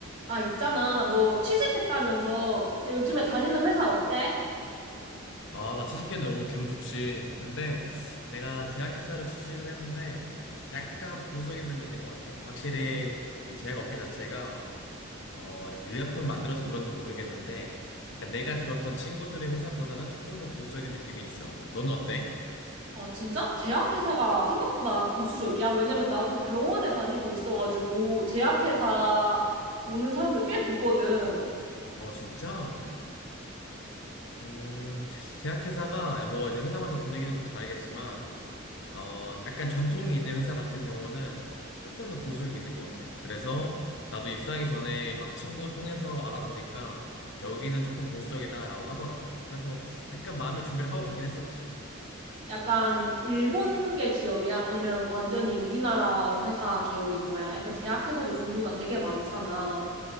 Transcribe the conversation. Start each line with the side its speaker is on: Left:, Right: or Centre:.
Right: 아, 있잖아. 너 취직했다면서 요즘에 다니는 회사 어때?
Left: 아, 나 취직했는데 너무 기분 좋지. 근데 내가 제약회사를 취직을 했는데 약간 보수적인 면이 있는 것 같아. 확실히 이 제약업계 자체가 어, 의약품을 만들어서 그런지 모르겠는데 약간 내가 들었던 친구들의 회사보다는 조금 더 보수적인 느낌이 있어. 너는 어때?
Right: 아, 진짜? 제약회사가 생각보다 보수적이야? 왜냐면 나도 병원에 다니고 있어가지고 제약회사 오는 사람들 꽤 보거든.
Left: 어, 진짜? 음, 제약회사가 뭐 이제 회사마다 분위기는 좀 다르겠지만 어, 약간 전통이 있는 회사 같은 경우는 조금 더 보수적이 있는 것 같아. 그래서 나도 입사하기 전에 막 친구 통해서 알아보니까 여기는 조금 보수적이다라고 하더라고. 그래서 약간 마음의 준비를 하고 가긴 했었지.
Right: 약간 일본계 기업이야? 아니면 완전히 우리나라 회사 계열인 거야? 약간 제약회사도 종류가 되게 많잖아.